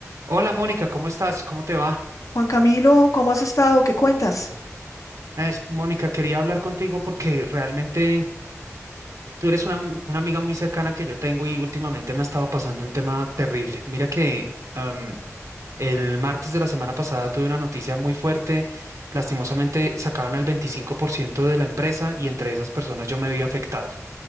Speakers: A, on the right; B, on the left.
A: Hola Mónica, ¿cómo estás? ¿Cómo te va?
B: Juan Camilo, ¿cómo has estado? ¿Qué cuentas?
A: Eh, Mónica, quería hablar contigo porque realmente tú eres una, am- una amiga muy cercana que yo tengo y últimamente me ha estado pasando un tema terrible. Mira que am, el martes de la semana pasada tuve una noticia muy fuerte. Lastimosamente sacaron al 25% de la empresa y entre esas personas yo me vi afectado.